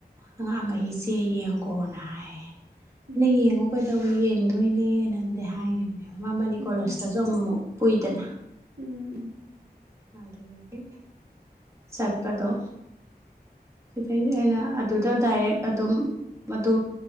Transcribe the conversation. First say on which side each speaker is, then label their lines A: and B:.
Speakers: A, on the right; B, on the right.
A: ꯑꯉꯥꯡꯈꯩꯒꯤ ꯆꯦ ꯌꯦꯡꯒꯣꯅ ꯍꯥꯏ
B: ꯎꯝ
A: ꯩꯅ ꯌꯦꯡꯉꯣ ꯀꯩꯗꯧ ꯌꯦꯡꯗꯣꯏꯅꯦꯅꯗꯤ ꯍꯥꯏꯈꯤꯕ <unintelligible>
B: ꯎꯝ
A: ꯀꯣꯂꯦꯁꯇꯥꯖꯨ ꯑꯃꯨꯃꯨꯛ ꯀꯨꯏꯗꯅ
B: ꯎꯝ ꯎꯝ
A: ꯑꯗꯨꯗꯒꯤ ꯆꯠꯄꯗꯣ ꯁꯤꯗꯩꯗꯤ ꯑꯩꯅ ꯑꯗꯨꯗ ꯗꯥꯏꯔꯦꯛ ꯑꯗꯨꯝ ꯃꯗꯨ